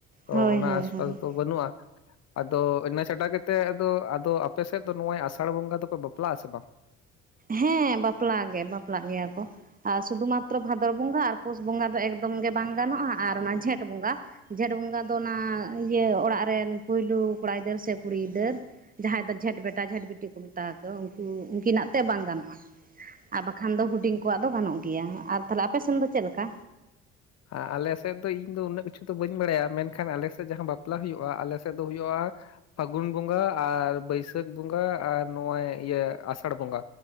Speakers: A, on the left (about 45°); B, on the right (about 20°).
A: ᱛᱚ
B: ᱦᱳᱭ
A: ᱚᱱᱟ
B: ᱦᱳᱭ
A: ᱟᱥᱯᱟᱥ
B: ᱦᱳᱭ
A: ᱫᱚ ᱵᱟᱹᱱᱩᱜᱼᱟ᱾ ᱟᱫᱚ ᱤᱱᱟᱹ ᱪᱷᱟᱰᱟ ᱠᱟᱛᱮᱫ ᱟᱫᱚ <unintelligible> ᱟᱯᱮ ᱥᱮᱫ ᱫᱚ ᱱᱚᱜᱚᱭ ᱟᱥᱟᱲ ᱵᱚᱸᱜᱟ ᱫᱚᱠᱚ ᱵᱟᱯᱞᱟᱜ-ᱟ ᱥᱮ ᱵᱟᱝ?
B: ᱦᱮᱸ ᱵᱟᱯᱞᱟ ᱜᱮ ᱵᱟᱯᱞᱟᱜ ᱜᱮᱭᱟ ᱠᱚ᱾ ᱟᱨ ᱥᱩᱫᱷᱩ ᱢᱟᱛᱨᱚ ᱵᱷᱟᱫᱚᱨ ᱵᱚᱸᱜᱟ ᱟᱨ ᱯᱩᱥ ᱵᱚᱸᱜᱟ ᱫᱚ ᱮᱠᱫᱚᱢ ᱜᱮ ᱵᱟᱝ ᱜᱟᱱᱚᱜᱼᱟ ᱟᱨ ᱚᱱᱟ ᱡᱷᱮᱸᱴ ᱵᱚᱸᱜᱟ ᱡᱷᱮᱸᱴ ᱵᱚᱸᱜᱟ ᱫᱚ ᱚᱱᱟ ᱤᱭᱟᱹ ᱚᱲᱟᱜ ᱨᱮᱱ ᱯᱳᱭᱞᱳ ᱠᱚᱲᱟ ᱜᱤᱫᱟᱹᱨ ᱥᱮ ᱠᱩᱲᱤ ᱜᱤᱫᱟᱹᱨ ᱡᱟᱦᱟᱸᱭ ᱫᱚ ᱡᱷᱮᱸᱴ ᱵᱮᱴᱟ ᱡᱷᱮᱸᱴ ᱵᱤᱴᱤ ᱠᱚ ᱢᱮᱛᱟᱣ ᱟᱠᱚ ᱩᱱᱠᱩ ᱩᱱᱠᱤᱱᱟᱜ ᱛᱮ ᱵᱟᱝ ᱜᱟᱱᱚᱜᱼᱟ ᱟᱨ ᱵᱟᱠᱷᱟᱱ ᱫᱚ ᱦᱩᱰᱤᱧ ᱠᱚᱣᱟᱜ ᱫᱚ ᱜᱟᱱᱚᱜ ᱜᱮᱭᱟ ᱟᱨ ᱛᱟᱦᱚᱞᱮ ᱟᱞᱮᱥᱮᱱ ᱫᱚ ᱪᱮᱫ ᱞᱮᱠᱟ?
A: ᱟᱞᱮ ᱥᱮᱫ ᱫᱚ ᱤᱧ ᱫᱚ ᱩᱱᱟᱹᱜ ᱠᱤᱪᱷᱩ ᱫᱚ ᱵᱟᱹᱧ ᱵᱟᱲᱟᱭᱟ᱾ ᱢᱮᱱᱠᱷᱟᱱ ᱟᱞᱮ ᱥᱮᱫ ᱡᱟᱦᱟᱸ ᱵᱟᱯᱞᱟ ᱦᱩᱭᱩᱜᱼᱟ ᱟᱞᱮ ᱥᱮᱫ ᱫᱚ ᱦᱩᱭᱩᱜᱼᱟ ᱯᱷᱟᱹᱜᱩᱱ ᱵᱚᱸᱜᱟ ᱟᱨ ᱵᱟᱹᱭᱥᱟᱹᱠᱷ ᱵᱚᱸᱜᱟ ᱟᱨ ᱱᱚᱜᱼᱚᱭ ᱤᱭᱟᱹ ᱟᱥᱟᱲ ᱵᱚᱸᱜᱟ᱾